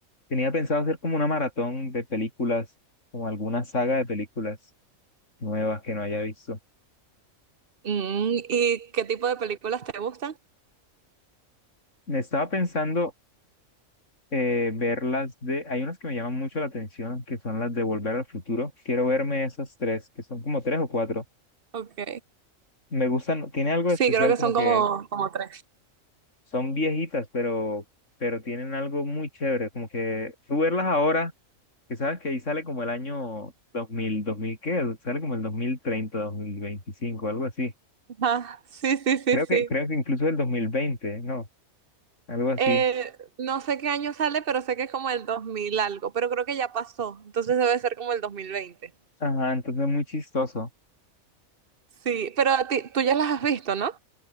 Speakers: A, on the left (about 60°); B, on the right (about 45°).
A: Tenía pensado hacer como una maratón de películas, como alguna saga de películas nuevas que no haya visto.
B: Mm, ¿y qué tipo de películas te gustan?
A: Me estaba pensando eh, ver las de, hay unas que me llaman mucho la atención, que son las de Volver al Futuro. Quiero verme esas tres, que son como tres o cuatro.
B: Ok.
A: Me gustan, tiene algo
B: Sí,
A: de especial
B: creo que
A: como
B: son
A: que
B: como, como tres.
A: son viejitas, pero, pero tienen algo muy chévere, como que tú verlas ahora, que sabes que ahí sale como el año dos mil dos mil ¿qué? Sale como el dos dos mil treinta dos mil veinticinco algo así.
B: Ajá, sí, sí, sí,
A: Creo
B: sí.
A: que, creo que incluso el dos mil veinte ¿no? Algo así.
B: Eh, no sé qué año sale, pero sé que es como el 2000 algo, pero creo que ya pasó, entonces debe ser como el 2020.
A: Ajá, entonces es muy chistoso.
B: Sí, pero a ti, tú ya las has visto, ¿no?